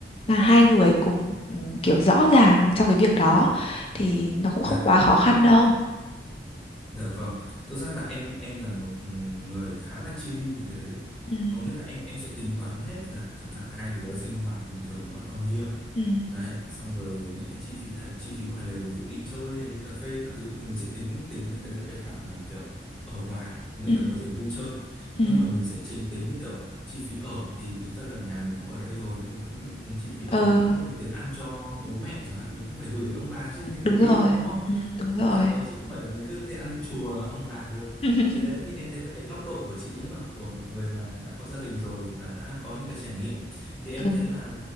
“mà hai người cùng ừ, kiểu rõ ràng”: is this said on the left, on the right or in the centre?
Left